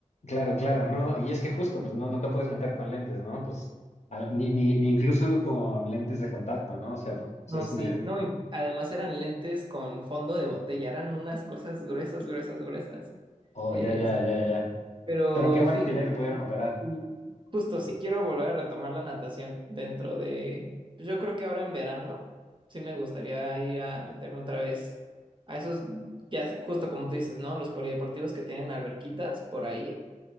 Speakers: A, on the left (about 60°); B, on the right (about 40°).
A: Claro, claro, ¿no? Y es que justo, pues no, no te puedes meter con lentes, ¿no? Pues a- ni, ni, ni incluso con lentes de contacto, ¿no? O sea, pues
B: No,
A: es...
B: sí,
A: Me...
B: no, y además eran lentes con fondo de botella, eran unas cosas gruesas, gruesas, gruesas.
A: Oh,
B: Este,
A: ya, ya, ya, ya.
B: pero
A: Pero qué bueno
B: fíjate
A: que ya te
B: que
A: pudieron
B: sí,
A: operar,
B: sí, justo sí quiero volver a retomar la natación dentro de, pues yo creo que ahora en verano, sí me gustaría ir a meterme otra vez a esos, ya s- justo como tú dices, ¿no? Los polideportivos que tienen alberquitas por ahí,